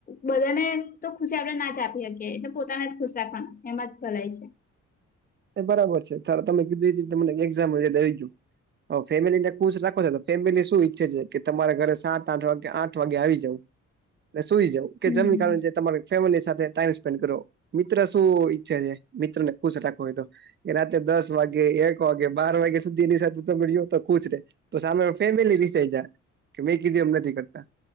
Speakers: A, on the left; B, on the right.
A: બધાને તો ખુશી આપડે ના જ આપી શકીએ એટલે પોતાને જ ખુશ રાખવા એમાં જ ભલાઈ છે.
B: એ બરાબર છે તમે કીધું એ રીતે તમને એક્ઝામ યાદ આવી ગયું. અ ફેમિલી ને ખુશ રાખો છો તો ફેમિલી શું ઈચ્છે છે કે તમારે ઘરે સાત-આઠ વાગ્યે આઠ વાગે આવી જવું. ને સુઈ જવું કે
A: હમ
B: જમી ને તમે ફેમિલી સાથે ટાઈમ સ્પેન્ડ કરો. મિત્ર શું ઈચ્છે છે મિત્ર ને ખુશ રાખવું હોય તો એ રાત્રે દસ વાગે, એક વાગે, બાર વાગે સુધી એની સાથે તમે જો તો ખુશ રે. તો સામે ફેમિલી રિસાય જાય મેં કીધું એમ નથી કરતા.